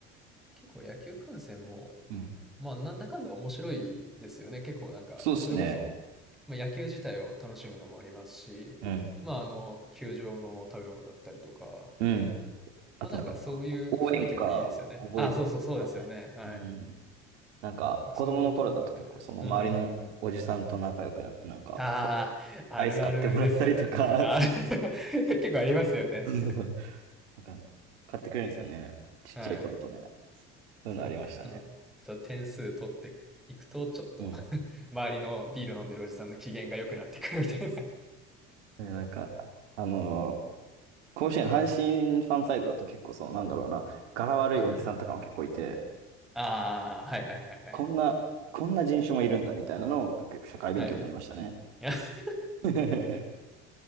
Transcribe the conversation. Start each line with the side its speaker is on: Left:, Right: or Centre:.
Centre: 結構野球観戦も、
Right: うん。
Centre: まあ、なんだかんだ面白いですよね。結構なんか、
Right: そうですね。
Centre: まあ、それこそ、まあ、野球自体を楽しむのもありますし、
Right: うん。
Centre: まあ、あの、球場の食べ物だったりとか、
Right: うん。
Centre: まあ、
Right: あとなんか、
Centre: なんかそういう雰囲気もいいですよね。
Right: 応援歌覚えたりとか
Centre: ああ、そうそうそうですよね。はい。
Right: ね。うん。なんか、
Centre: なんかそういうところで、
Right: 子供の頃だと結構その周りのおじさんと仲良くなって、
Centre: うーん。
Right: なんか、
Centre: ああ、
Right: おかアイス買ってもらったりとか、
Centre: あるあるですよね。あ、
Right: <laughs> そう
Centre: <laughs> 結構ありますよね。
Right: <laughs> なんかね、買ってくれるんですよね。ちっちゃい子だとね。
Centre: はい。
Right: そういうのありましたね。
Centre: そう、あの、そう、点数取っていくと、ちょっと
Right: うん。
Centre: <laughs> 周りのビール飲んでるおじさんの機嫌が良くなってくるみたい
Right: そうそうでなんか、あのー甲子園、阪神ファンサイドだと結構その、なんだろうな、柄悪いおじさんとかも結構いて、
Centre: な <laughs> はい。ああ、はいはいはいはい。
Right: こんな、こんな人種もいるんだみたいなのを結構社会勉強になりましたね。
Centre: はい。<laughs>
Right: <laughs>